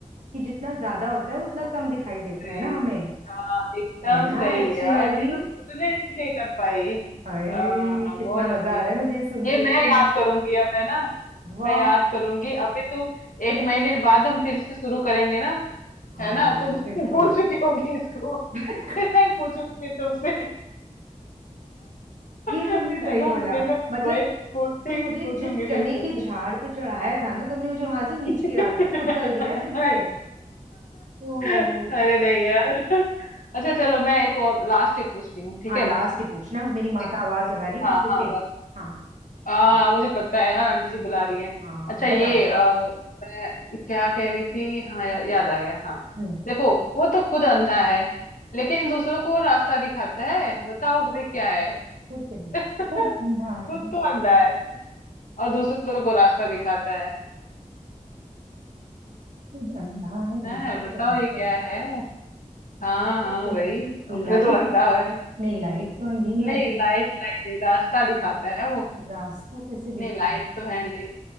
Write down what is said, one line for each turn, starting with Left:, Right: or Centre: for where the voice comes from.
Right: कि जितना ज्यादा होता है उतना
Left: सही।
Right: कम दिखाई देता है ना हमें
Left: हाँ एकदम
Right: है
Left: सही
Right: ना अच्छी
Left: यार
Right: वाली
Left: ये मैं कोरिलेट नहीं कर पाई
Right: हाय
Left: हाँ हाँ,
Right: कितना
Left: बहुत
Right: मजा
Left: अच्छी है
Right: आ रहा है मुझे सुन
Left: ये
Right: के
Left: मैं
Right: तुम
Left: याद करूंगी अब है ना
Right: वाह
Left: मैं याद करूंगी अभी तुम एक
Right: मैं
Left: महीने बाद हम फिर से शुरू करेंगे ना
Right: हाँ
Left: है ना तो तुम
Right: बिल्कुल
Left: <laughs> भूल चुकी होगी इसको
Right: <laughs>
Left: फिर मैं पूछूंगी तुमसे <laughs>
Right: ये तुमने सही
Left: है ना
Right: बोला
Left: फिर मैं
Right: मतलब
Left: वही पूछी
Right: तुमने मुझे
Left: पूछूंगी
Right: जिस चने
Left: फिर तुमसे
Right: के झाड़ पे चढ़ाया था ना तुमने मुझे वहां से नीचे
Left: <laughs>
Right: गिरा दिया कुचल दिया फिर से ओहो
Left: <laughs> अरे नहीं यार अच्छा चलो मैं एक और लास्ट ही पूछ रही हूँ ठीक
Right: हाँ
Left: है
Right: लास्ट ही पूछना मेरी माता
Left: देखो
Right: आवाज लगा रही है
Left: हाँ
Right: पीछे
Left: हाँ
Right: से
Left: बस
Right: हाँ
Left: हाँ
Right: चलो
Left: हाँ, मुझे पता है यार आंटी जी बुला रही हैं
Right: हाँ
Left: अच्छा
Right: बताओ
Left: ये
Right: बताओ
Left: अ, मैं क्या कह रही थी हाँ यार याद आ गया हाँ
Right: हम्म
Left: देखो वो तो खुद अंधा है लेकिन दूसरों को रास्ता दिखाता है बताओ भाई क्या है
Right: खुद करिए
Left: <laughs>
Right: खुद अंधा है
Left: खुद तो अंधा है और दूसरों को रास्ता दिखाता है
Right: खुद अंधा है दूसरों
Left: हैं बताओ
Right: को रास्ता
Left: ये क्या
Right: दिखाता
Left: है
Right: है।
Left: हाँ
Right: तो
Left: हाँ
Right: क्या
Left: भाई
Right: है
Left: अपने
Right: लाइट
Left: तो अंधा है
Right: नहीं लाइट तो अंधी नहीं
Left: नहीं
Right: होती
Left: लाइट लाइट रास्ता दिखाता है वो
Right: रास्ता कैसे
Left: नहीं
Right: दिखाएगी
Left: लाइट तो है नहीं